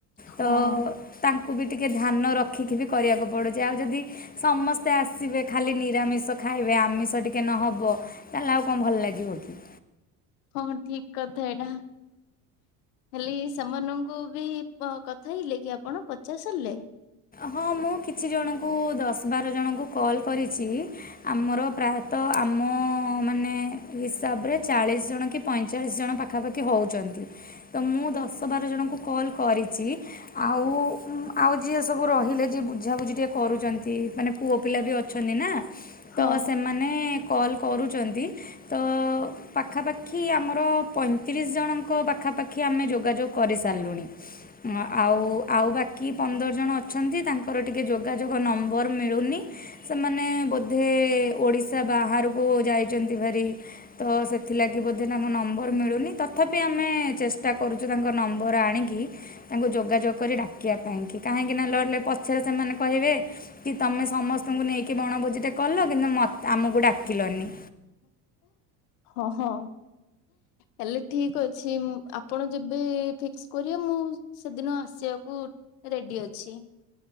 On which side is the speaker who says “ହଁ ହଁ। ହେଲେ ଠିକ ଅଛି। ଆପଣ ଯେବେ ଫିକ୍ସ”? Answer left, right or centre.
Left